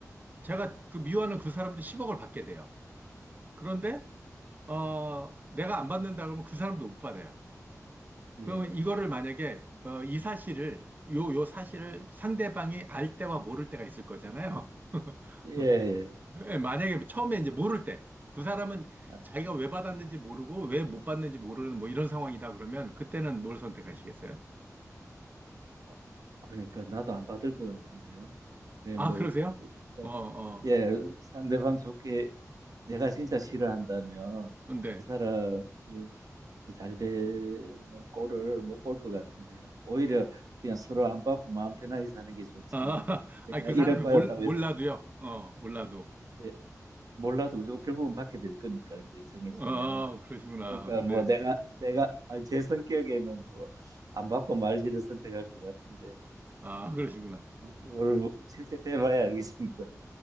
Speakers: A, on the right; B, on the right.
A: 제가 그 미워하는 그 사람도 10억을 받게 돼요. 그런데, 어, 내가 안 받는다 그러면 그 사람도 못 받아요. 그럼
B: 예,
A: 이거를 만약에 어, 이 사실을 요, 요 사실을 상대방이 알 때와 모를 때가 있을 거잖아요. <laughs>
B: 예. 예.
A: 예, 만약에 처음에 이제 모를 때 그 사람은
B: 아,
A: 자기가 왜 받았는지 모르고 왜 못 받는지 모르는 뭐 이런 상황이다 그러면 그때는 뭘 선택하시겠어요?
B: 아, 그러니까 나도 안 받을 것 같은데요. 그게
A: 아,
B: 뭐,
A: 그러세요?
B: 어,
A: 어, 어.
B: 예, 상대방 좋게 내가 진짜 싫어한다면
A: 근데
B: 그 사람이 잘 되는 꼴을 못 볼 것 같은데요. 오히려 그냥 서로 안 받고 마음 편하게 사는 게 좋지.
A: 아, <laughs>
B: 내가
A: 아니, 그
B: 1억
A: 사람이
B: 받았다고
A: 몰, 몰라도요.
B: 해서
A: 어, 몰라도.
B: 예, 몰라도 그죠? 결국은 받게 될 거니까 이제 정해지면.
A: 어, 그러시구나.
B: 그러니까
A: 네.
B: 뭐 내가 내가 아, 제 성격에는 뭐 안 받고 말지를 선택할 것 같은데
A: 아, 그러시구나.
B: 오늘 뭐 실제 때 봐야 알겠습니다.